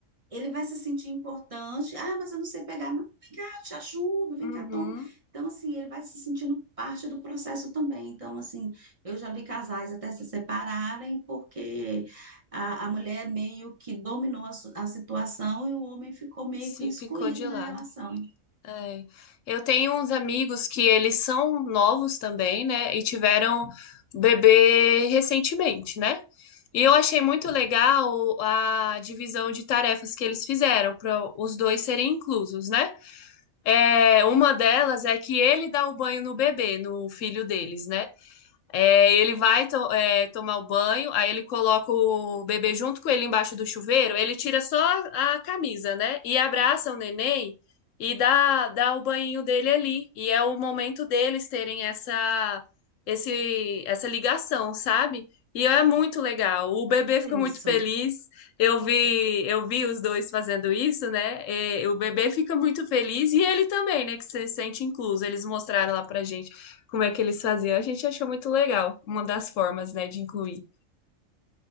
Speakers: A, on the right; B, on the left.
A: ele vai se sentir importante. Ah, mas eu não sei pegar. Não, vem cá, eu te ajudo, vem
B: Uhum.
A: cá, toma. Então, assim, ele vai se sentindo parte do processo também. Então, assim, eu já vi casais até se separarem porque a, a mulher meio que dominou a, su- a situação e o homem ficou meio
B: Sim,
A: que excluído
B: ficou de lado.
A: na relação.
B: É. Eu tenho uns amigos que eles são novos também, né? E tiveram bebê recentemente, né? E eu achei muito legal a divisão de tarefas que eles fizeram para os dois serem inclusos, né? É, uma delas é que ele dá o banho no bebê, no filho deles, né? É, ele vai to- é, tomar o banho, aí ele coloca o bebê junto com ele embaixo do chuveiro, ele tira só a, camisa, né? E abraça o neném e dá, dá o banhinho dele ali. E é o momento deles terem essa, esse, essa ligação, sabe? E é muito legal. O bebê fica muito
A: Isso.
B: feliz. Eu vi, eu vi os dois fazendo isso, né? É, o bebê fica muito feliz e ele também, né? Que se sente incluso. Eles mostraram lá pra gente como é que eles faziam. A gente achou muito legal, uma das formas, né, de incluir.